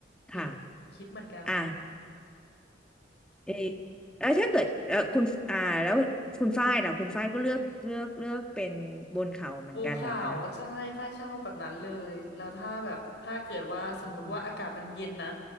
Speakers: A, on the left (about 80°); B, in the centre.
A: จริงคิดเหมือนกันนะคะ
B: ค่ะอ่ะเออแล้วถ้าเกิดเออคุณอ่าแล้วคุณฝ้ายล่ะคุณฝ้ายก็เลือกเลือกเลือกเป็นบนเขาเหมือนกันเหรอคะ
A: ปูขาวใช่ฝ้ายชอบแบบนั้นเลยแล้วถ้าแบบถ้าเกิดว่าสมมติว่าอากาศมันเย็นนะ
B: อืม